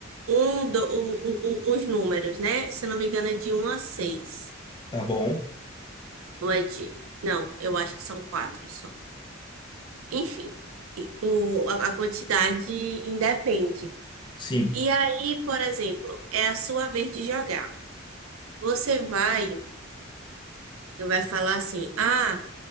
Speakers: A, on the right; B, on the left.
A: um, do, o- o- o- os números, né? Se eu não me engano, é de um a 6.
B: Tá bom.
A: Ou é de. Não, eu acho que são quatro só. Enfim. O, a, a quantidade independe.
B: Sim.
A: E aí, por exemplo, é a sua vez de jogar. Você vai, vai falar assim: ah,